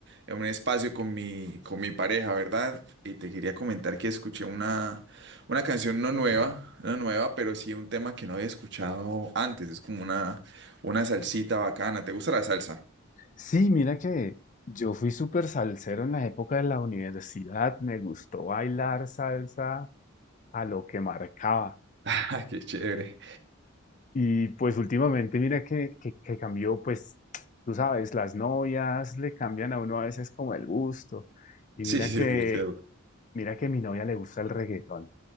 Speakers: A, on the right (about 55°); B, on the left (about 35°).
A: en un espacio con mi, con mi pareja, ¿verdad? Y te quería comentar que escuché una, una canción no nueva, no nueva, pero sí un tema que no había escuchado antes. Es como una, una salsita bacana. ¿Te gusta la salsa?
B: Sí, mira que yo fui súper salsero en la época de la universidad, me gustó bailar salsa a lo que marcaba.
A: <laughs> Ah, qué chévere.
B: Y pues últimamente mira que, que, que cambió, pues tú sabes, las novias le cambian a uno a veces como el gusto. Y
A: Sí,
B: mira
A: sí,
B: que,
A: sí, pero
B: mira que a mi novia le gusta el reggaetón.